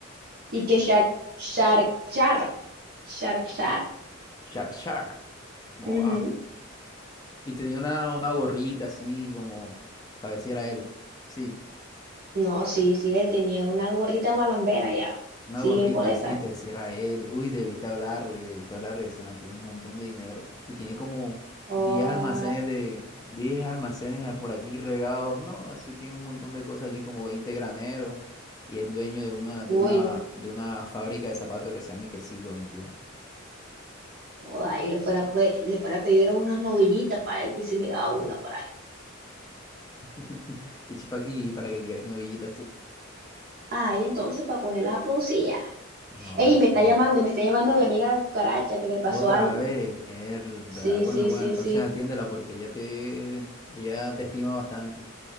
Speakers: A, on the right (about 45°); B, on the left (about 20°).
A: Y que Shark, Shark, Shark, Shark, Shark.
B: Char, char. ¿Cómo
A: Ujú.
B: va? Y tenía una, una gorrita así como para decir a él. Sí.
A: No, sí, sí, él tenía una gorrita malambera ya.
B: Una
A: Sí,
B: gorrita
A: bien coleta.
B: así, entonces si era él, uy, debiste hablarle, debiste hablarle, se mantiene un montón de dinero. Y tiene como
A: Oh,
B: diez
A: ah,
B: almacenes de, diez almacenes a- por aquí regados, no, así tiene un montón de cosas aquí, como 20 graneros, y es dueño de una, de
A: uy,
B: una,
A: no.
B: de una fábrica de zapatos que se llama y que siglo veintiuno
A: Joda, y le fuera, pues, le fuera a pedir unas novillitas para él, pues se me daba una por ahí.
B: <laughs> Y, chipa- y para qué quieres novillitas tú.
A: Ay, entonces, para ponerlas a producir ya.
B: Ah,
A: Ey,
B: excelente.
A: me está llamando, me está llamando mi amiga la cucaracha, que le pasó
B: Otra
A: algo.
B: vez, herda.
A: Sí,
B: Bueno,
A: sí,
B: bueno,
A: sí,
B: entonces
A: sí,
B: atiéndela porque ella te, ella te estima bastante.